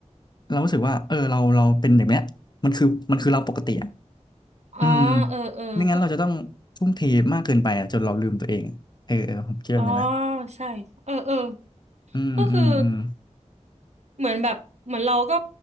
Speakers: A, on the left; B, on the right.
A: เรารู้สึกว่าเออเราเราเป็นแบบเนี้ยมันคือมันคือเราปกติอะ
B: อ๋อเออเออก็
A: อืมไม่งั้นเราจะต้องทุ่มเทมากเกินไปอะจนเราลืมตัวเองเออเออผมคิดแบบนี้นะ
B: อ๋อใช่เออเออ
A: อืมอืมอืม
B: ก็คือเหมือนแบบเหมือนเราก็